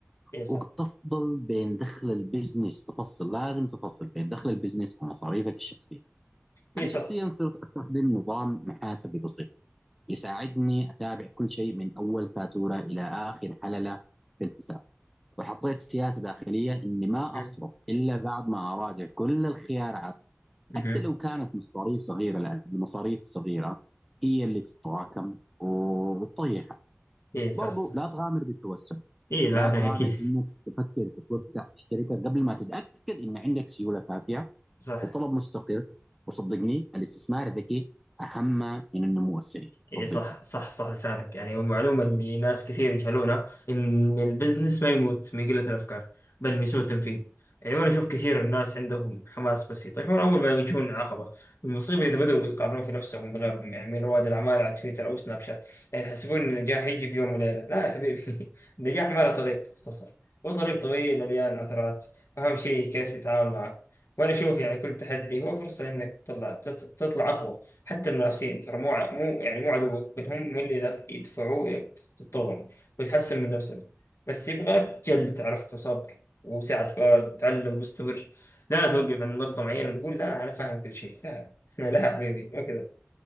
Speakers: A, on the left; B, in the centre.
A: ايه صح
B: وتفضل بين دخل البزنس تفصل لازم تفصل بين دخل البزنس ومصاريفك الشخصية
A: ايه
B: أنا
A: صح
B: شخصيا صرت أستخدم نظام محاسبي بسيط يساعدني أتابع كل شيء من أول فاتورة إلى آخر حللة في الحساب وحطيت سياسه داخليه اني ما
A: مهم.
B: اصرف الا بعد ما اراجع كل الخيارات
A: مهم.
B: حتى لو كانت مصاريف صغيره لان المصاريف الصغيره هي اللي تتراكم وتطيحك.
A: ايه صح
B: برضو
A: صح
B: لا تغامر بالتوسع،
A: ايه لا
B: لا تغامر
A: إيه، اكيد
B: انك تفكر تتوسع في الشركه قبل ما تتاكد ان عندك سيوله كافيه
A: <laughs> صح
B: وطلب مستقر وصدقني الاستثمار الذكي اهم من النمو السريع، صدقني.
A: اي صح صح صح لسانك يعني معلومة ان ناس كثير يجهلونها ان البزنس ما يموت من قلة الافكار بل من سوء التنفيذ يعني وانا اشوف كثير الناس عندهم حماس بس يطيحون اول ما يواجهون عقبة المصيبة اذا بدأوا يقارنون في نفسهم بغيرهم يعني من رواد الاعمال على تويتر او سناب شات يعني يحسبون ان النجاح يجي بيوم وليلة لا يا حبيبي <laughs> النجاح ما له طريق مختصر وطريق طويل مليان عثرات اهم شيء كيف تتعامل معه وانا اشوف يعني كل تحدي هو فرصة انك تطلع تطلع اقوى حتى المنافسين ترى مو ع- مو يعني مو عدوك بل هم من اللي يدف- يدفعوك تتطور وتحسن من نفسك بس يبغى لك جلد عرفت وصبر وسعة فؤاد وتعلم واستمر لا توقف عند نقطة معينة وتقول لا أنا فاهم كل شيء لا <laughs> لا حبيبي مو كذا